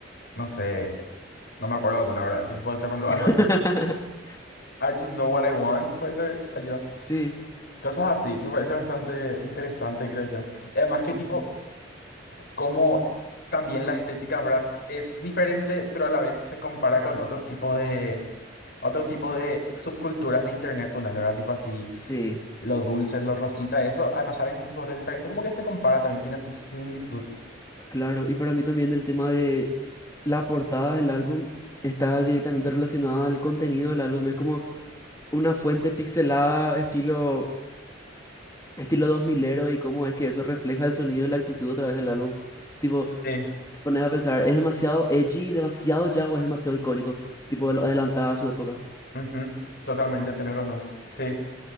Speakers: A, on the left (about 55°); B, on the left (about 15°).
A: no sé, no me acuerdo alguna, ¿verdad? Tipo, puede ser, por ejemplo,
B: <laughs>
A: I'm not- I just know what I want, puede ser, ayuda.
B: Sí.
A: Cosas así, me parece bastante interesante, creo yo. Y además que
B: ujú,
A: tipo, como también la estética, ¿verdad? Es diferente, pero a la vez se compara con otros tipos de, otro tipo de subculturas de internet, ponerle, ¿verdad? Tipo así,
B: Sí.
A: lo dulce, lo rosita, eso, a pesar de que es tipo re diferente, como que se compara, también tiene así su similitud.
B: Claro. Y para mí también el tema de la portada del álbum está directamente relacionada al contenido del álbum. Es como una fuente pixelada, estilo, estilo dos milero y cómo es que eso refleja el sonido y la actitud a través del álbum. Tipo,
A: Sí,
B: te pones a pensar, ¿es demasiado edgy, demasiado ya o es demasiado icónico? Tipo, lo- adelantada a su época.
A: ujú, Totalmente, tenés razón. Sí.